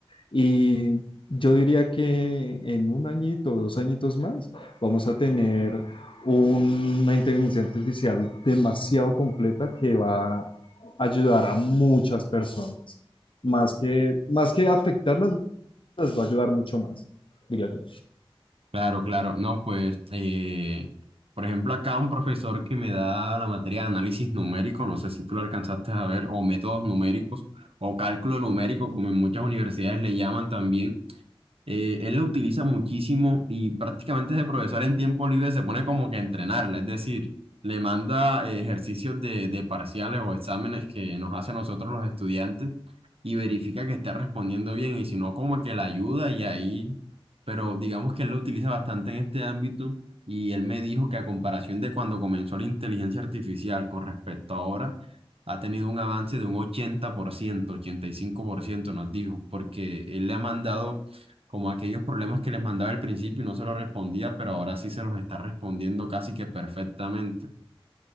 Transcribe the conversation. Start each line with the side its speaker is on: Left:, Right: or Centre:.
Left: y yo diría que en un añito o dos añitos más vamos a tener una inteligencia artificial demasiado completa que va ayudar a muchas personas. Más que, más que afectarlas, las va a ayudar mucho más, diría yo.
Right: claro, claro, no, pues, eh, por ejemplo, acá un profesor que me da la materia de análisis numérico, no sé si tú lo alcanzaste a ver, o métodos numéricos, o cálculo numérico, como en muchas universidades le llaman también Eh, él la utiliza muchísimo y prácticamente ese profesor en tiempo libre se pone como que a entrenarla, es decir, le manda eh, ejercicios de, de parciales o exámenes que nos hace a nosotros los estudiantes y verifica que esté respondiendo bien y si no, como que la ayuda y ahí, pero digamos que él lo utiliza bastante en este ámbito y él me dijo que a comparación de cuando comenzó la inteligencia artificial con respecto a ahora, ha tenido un avance de un ochenta ochenta por ciento, ochenta y cinco por ciento nos dijo, porque él le ha mandado como aquellos problemas que les mandaba al principio y no se los respondía, pero ahora sí se los está respondiendo casi que perfectamente.